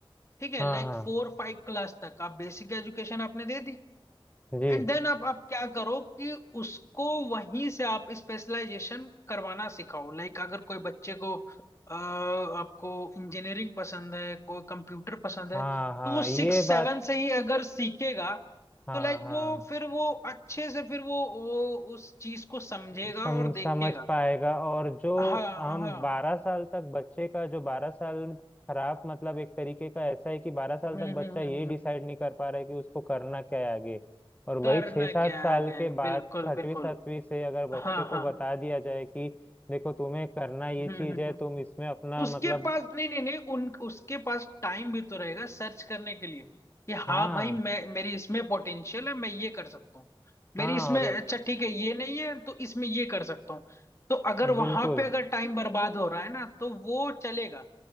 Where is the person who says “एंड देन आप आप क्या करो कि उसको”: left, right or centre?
Left